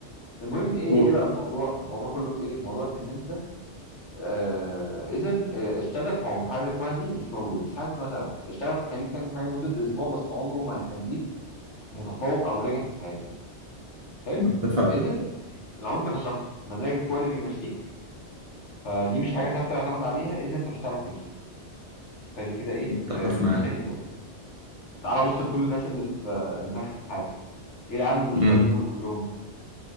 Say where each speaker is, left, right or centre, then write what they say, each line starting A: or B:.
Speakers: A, on the left (about 85°); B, on the right (about 35°).
A: المهم ايه
B: قول
A: ايه بقى الموضوع الموضوع كله في ايه الموضوع في ان انت آه... اذا آه، الشغف هو محرك وهمي مش موجود مفيش حاجه اسمها شغف الشغف هيخليك تعمل حاجه لمده اسبوع بس عمره ما هيخليك متفوق او ناجح في حياتك حلو
B: اتفق
A: اذا لو انت كشخص مزاجك هو اللي بيمشيك فدي مش حاجه ثابته يعتمد عليها اذا انت مش هتعرف تمشي فدي كده ايه
B: اتفق
A: آه، دي
B: معاك
A: تاني نقطه تعال بص لكل الناس اللي في آه، الناجحه في حياتك ايه العامل المشترك
B: امم
A: بينهم كلهم